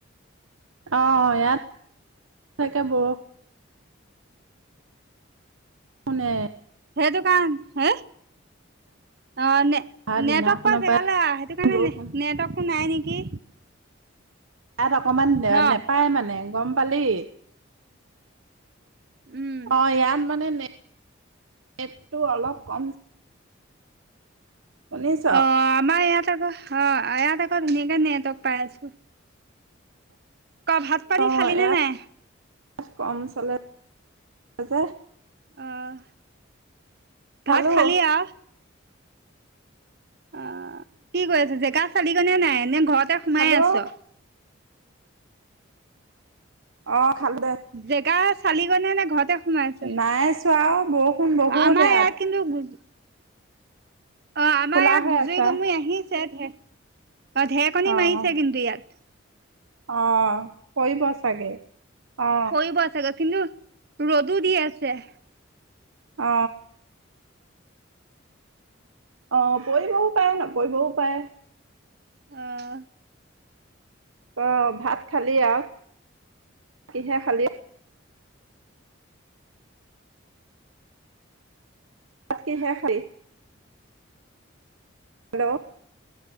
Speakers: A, on the right; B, on the right.
A: অ ইয়াত তাকে বৰ বৰষুণে
B: সেইটো কাৰনে হে অ নে
A: অহা
B: নেটৱৰ্ক
A: দিনাখনৰ
B: পোৱা জেগালে
A: পৰাই
B: আহ সেইটো কাৰণে
A: বৰষুণ
B: নেটৱৰ্কটো নাই নিকি
A: তাত অকমান দে
B: ন
A: নেপায় মানে গম পালি
B: উম
A: অ ইয়াত মানে নে নেটতো অলপ কম শুনিছ
B: অ আমাৰ ইয়াত আকৌ অ ইয়াত আকৌ ধুনীয়াকে নেটৱৰ্ক পাই আছো ক ভাত পানী
A: অ
B: খালি
A: এয়াত
B: নে নাই
A: কম চলে যে
B: অহ
A: খালো
B: ভাত খালি আৱ অ কি কৰি আছ জেগা চালি গৈ নে নাই নে ঘৰতে সোমাই
A: খালো
B: আছ
A: অ খালো দে
B: জেগা চালি গৈনে নে ঘৰতে সোমাই আছ
A: নাই চোৱা অ বৰষুণ বহুত
B: আমাৰ
A: এয়াত
B: ইয়াত কিন্তু বুজি অ আমাৰ
A: কোলা
B: ইয়াত
A: হৈ
B: গুজুৰি
A: আছে
B: গুমৰি আহিছে ঢে অ ঢেৰকনি
A: অ
B: মাৰিছে কিন্তু ইয়াত
A: অ পৰিব চাগে অ
B: আহিব চাগৈ কিন্তু ৰ'দো দি আছে
A: অ অ পৰিবও পাৰে নপৰিবও পাৰে
B: অ
A: অ ভাত খালি আৱ কিহে খালি কি হে খালি? হেল্ল'